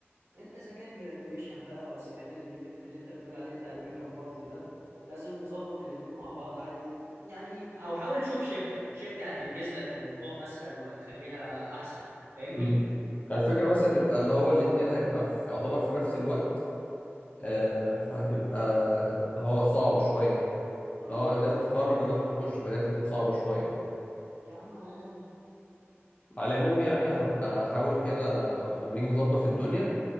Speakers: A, on the right; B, on the left.
A: انت اذا كان جراديويشن بقى واذا كان الايفنت اللي انت بتقول عليه بتاع الويلكم بارتي ده لازم تظبط الاتنين مع بعض عادي يعني او حاول تشوف شركة شركة هتنجز لك الموضوع اسهل وهتخليها احسن فاهمني
B: امم الفكرة بس هتبقى اللي هو الاتنين هيبقى في يعتبر في نفس الوقت آه فهتبقى اللي هو صعب شوية
A: اه
B: اللي هو
A: فاهم
B: ناس بتخرج وناس بتخش فدي هتكون صعبة شوية
A: يا عم عادي
B: على العموم يعني هبقى أحاول كده لما نيجي نظبط الدنيا